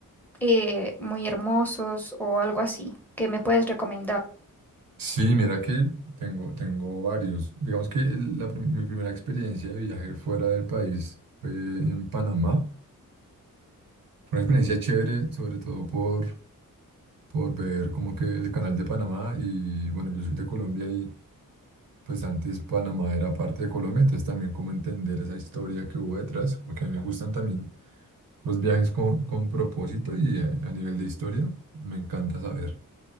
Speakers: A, in the centre; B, on the right (about 80°).
A: eh, muy hermosos o algo así. ¿Qué me puedes recomendar?
B: Sí, mira que tengo, tengo varios. Digamos que el- la prim- mi primera experiencia de viaje fuera del país fue en Panamá. Fue una experiencia chévere, sobre todo por, por ver como que el canal de Panamá y bueno, yo soy de Colombia y pues antes Panamá era parte de Colombia, entonces también como entender esa historia que hubo detrás, como que a mí me gustan también los viajes con, con propósito y eh, a nivel de historia, me encanta saber.